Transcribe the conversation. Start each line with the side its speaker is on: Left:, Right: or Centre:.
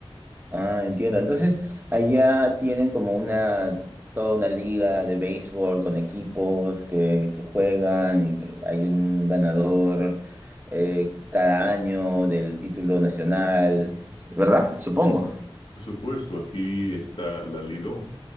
Right: Ah, entiendo. Entonces, allá tienen como una, toda una liga de béisbol con equipos que, que juegan y hay un ganador eh, cada año del título nacional, ¿verdad? Supongo.
Left: Por supuesto, aquí está la Lidom,